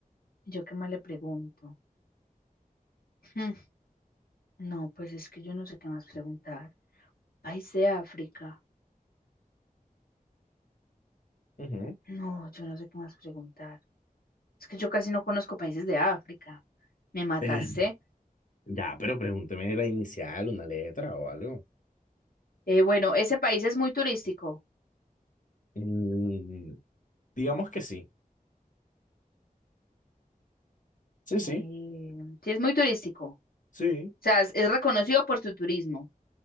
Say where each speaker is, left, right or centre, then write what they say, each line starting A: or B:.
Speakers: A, on the left (about 85°); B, on the left (about 60°).
A: yo qué más le pregunto. Hmm, No, pues es que yo no sé qué más preguntar. País de África.
B: Ujú.
A: No, yo no sé qué más preguntar. Es que yo casi no conozco países de África. Me mataste.
B: Eh, ya, pero pregúnteme la inicial, una letra o algo.
A: Eh, bueno, ese país es muy turístico.
B: Mm, digamos que sí. Sí,
A: Eh,
B: sí,
A: sí, es muy turístico. O
B: sí.
A: sea, es, es reconocido por su turismo.